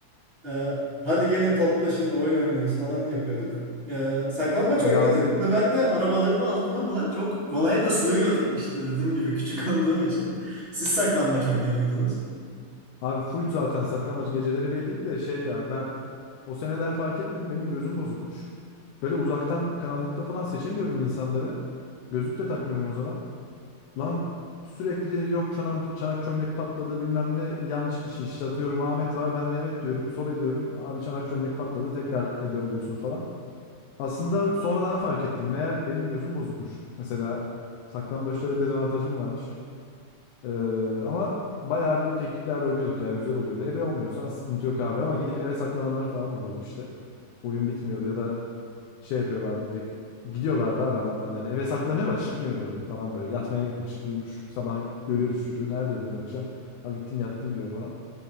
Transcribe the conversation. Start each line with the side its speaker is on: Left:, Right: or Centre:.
Right: Ee, hadi gelin toplaşın oyun oynuyoruz falan yapıyorduk. Ee, saklambaç
Left: Yazlık
Right: oynuyorduk ve ben de arabaların altına falan çok kolay da sığıyordum. İşte dediğim gibi küçük <laughs> olduğum için. Siz saklambaç oynuyor muydunuz?
Left: Abi full zaten saklambaç geceleri belliydi de şey ya ben o seneler fark etmedim benim gözüm bozukmuş. Böyle uzaktan karanlıkta falan seçemiyorum insanları. Gözlük de takmıyorum o zaman. Lan sürekli yok çanak, çanak çömlek patladı bilmem ne yanlış kişi işte atıyorum Ahmet var ben Mehmet diyorum sobe diyorum abi çanak çömlek patladı tekrar ebe oluyorsun falan. Aslında sonradan fark ettim meğer benim gözüm bozukmuş. Mesela saklambaçta öyle bir dezavantajım varmış. Ee, ama bayağı büyük ekiplerle oynuyorduk ya güzel oluyordu. Ebe olmuyorsan sıkıntı yok abi ama gidip eve saklananlar falan oluyordu işte. Oyun bitmiyordu ya da şey yapıyorlardı direkt. Gidiyorlardı abi adamlar yani eve saklanıyor ama çıkmıyor da geri falan böyle. Yatmaya gitmiş uyumuş sabah görüyoruz çocuğu neredeydin dün akşam. Ha gittim yattım diyor falan.